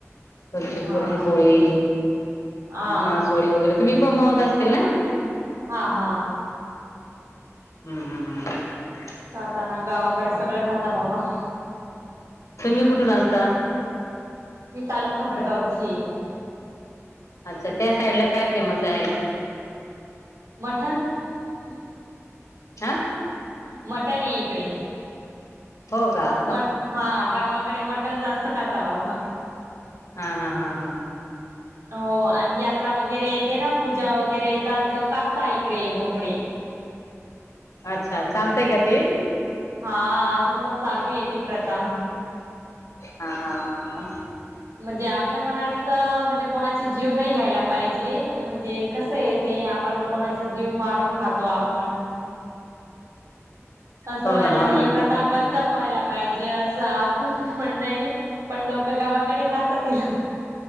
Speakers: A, on the left; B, on the right.
A: तमची
B: हा
A: पुरणपोळी.
B: ते पण हा
A: मासोळी वगैरे तुम्ही बनवत असतील ना.
B: हा हा
A: हम्म हम्म हम्.
B: खाता ना गावाकडे सगळे खाता बाबा. <inaudible>
A: तुम्ही कुठून असता
B: मी तालुका भडगावचीय.
A: अच्छा त्या साइड ला काय फेमस आहे.
B: मठन. <inaudible>
A: ह.,
B: मटण ये इकडे
A: हो का
B: म हा गावा कडे मटन जास्त खातावा हा.
A: हा-हा, हा-हा.
B: हो आणि यात्रा वगैरे येते ना पूजा वगैरे येतात कापता इकडे बोकडे.
A: अच्छा चालतय का ते.
B: हा अजून पण चालू आहे ती प्रथा.
A: हा-हा, हा-हा
B: म्हणजे आपल्या मनाने तर म्हणजे कोणाची जीव नाही घ्यायला पाहिजे म्हणजे कस आहे ते आपण कोणाचा जीव मारून खातो आपण, असं
A: हो
B: व्हायला
A: ना हो
B: ही
A: ना
B: प्रताप बंद व्हायला पाहिजे असं आपलं पण म्हणणं आहे. पण लोकं गावाकडे खातात तिला.